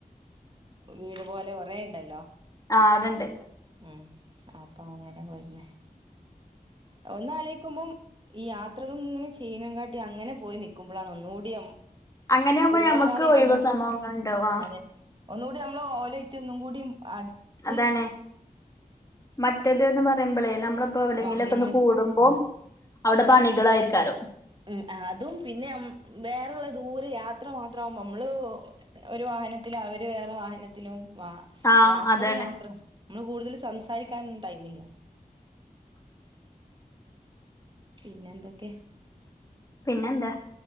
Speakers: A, on the right; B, on the left.
A: വീട് പോോലെ കൊറെേ ഉണ്ടല്ലോ
B: ആ അവിടെണ്ട്
A: ആഹ അപ്പൊ അങ്ങനെ പോുന്ന ഒന്ന ആലചക്കുമ്പോം ഈ യാത്രകൾ ഇങ്ങനെ ചെയ്യ ചീനകാട്ടി അങ്ങനെ പോയി നൽക്കുമ്പോഴാണ് ഒന്നുകൂടിയ
B: അങ്ങനെയാകുമ്പോ
A: കുടുംബക്കാരായിട്ട
B: ഞമ്മക്ക് ഒഴിവ്
A: ഒന്നുകൂടി
B: സംഭവങ്ങൾ ഉണ്ടാവും ആ
A: അതെ ഒന്ന നമ്മ ഓലറ്റ ഒന്നും കൂടി അടു
B: അതാണ് മറ്റേത് പറയുമ്പളേ നമ്മളിപ്പോ എവിടെയെങ്കിലൊക്കെ
A: വാഹനങ്ങളിൽ
B: ഒന്ന് കൂടുമ്പോ
A: ഉം
B: അവിടെ പണികൾ അയക്കാരോ
A: ഉ അതും പിന്നെ വേറെള്ള ദൂരെ യാത്ര മാത്രമാവുമ്പോ നമ്മള് ഒരു വാഹനത്തിലും അവര് വേറെ വാഹനത്തിലും വ
B: ആ
A: യാത്രകൾ
B: അതാണ്
A: മാത്രം നമ്മള് കൂടുതൽ സംസാരിക്കാനൊന്നും ടൈമില്ല പിന്നെ എന്തൊക്കെ
B: പിന്നെന്താ